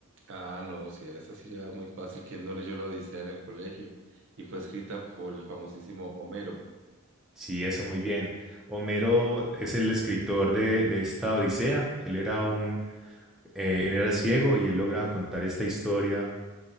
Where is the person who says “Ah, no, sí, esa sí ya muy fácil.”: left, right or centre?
Right